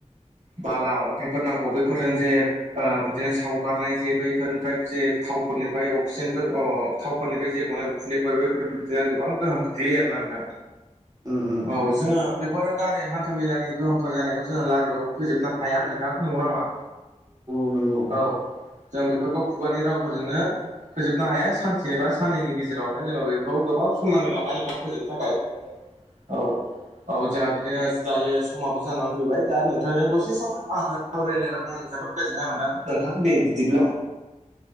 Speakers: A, on the right; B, on the right.
A: बाला अन्थाइफोर नांगौ बैफोरजों जे ओ बिदिनो सावगारनाय जे बैफोरनिफ्राय जे थावफोरनिफ्राय अक्सिजेनफोर अ थावफोरनिफ्राय जे गनाय उखुन्दैफोर बेफोर बिदिनो गोबां गोहोम खोख्लैयो आरोना नोंथां।
B: उम उम
A: औ
B: उम
A: जोङो बेफोर गारि हान था मेलानि गोहोमफोर जानायखौ जोङो लारायबाबो फोजोबनो हाया नोंथां नंगौना नङा?
B: नोंगौ
A: औ जों बेफोरखौ खुगानि रावफोरजोंनो फोजोबनो हाया सानसेनिबा साननैनि गेजेरावनो जोङो बैफोरखौ गोबाव सम नांगोन आरोना नोंथां फोजोबनो थाखाय। औ औ जाहा बिदिनो दायो समाबो जानानै फैबाय दा नोंथांजों दसे सम आङो सावरायलायनानै आं जोबोद गोजोन्नाय मोनदों नोंथां दे बिदिब्ला